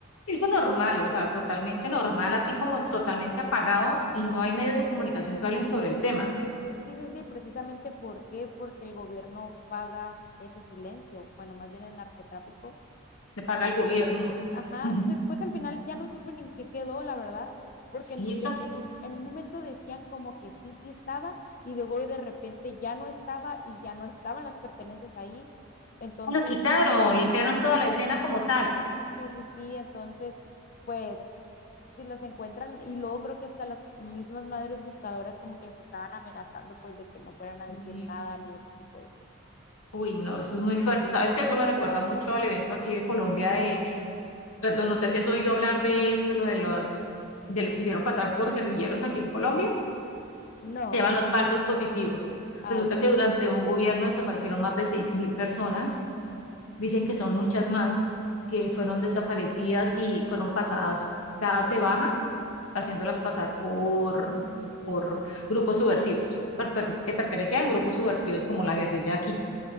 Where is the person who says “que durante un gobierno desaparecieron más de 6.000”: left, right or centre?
Left